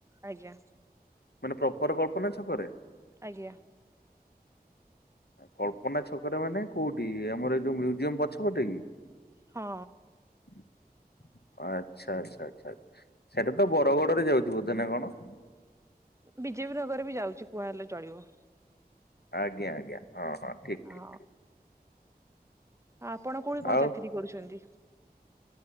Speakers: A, on the right (about 15°); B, on the left (about 80°).
A: ଆଜ୍ଞା
B: ମାନେ ପ୍ରପର କଳ୍ପନା ଛକରେ।
A: ଆଜ୍ଞା
B: କଳ୍ପନା ଛକ ରେ ମାନେ କୋଉଠି ଆମର ଏଇ ଯୋଉ ମ୍ୟୁଜିୟମ ପଛ ପଟେ କି?
A: ହଁ
B: ହଁ ଆଚ୍ଛା ଆଚ୍ଛା ଆଚ୍ଛା ସେଟା ତ ବରଗଡ ରେ ଯାଉଛି ବୁଧେ ନା କଣ?
A: ବିଜେପି ନଗର ବି ଯାଉଛି କୁହା ହେଲେ ଚଳିବ।
B: ଆଜ୍ଞା ଆଜ୍ଞା ହଁ ହଁ ଠିକ
A: ହ
B: ଠିକ।
A: ଆପଣ କୋଉଠି କଣ
B: ଆଉ
A: ଚାକିରି କରୁଛନ୍ତି?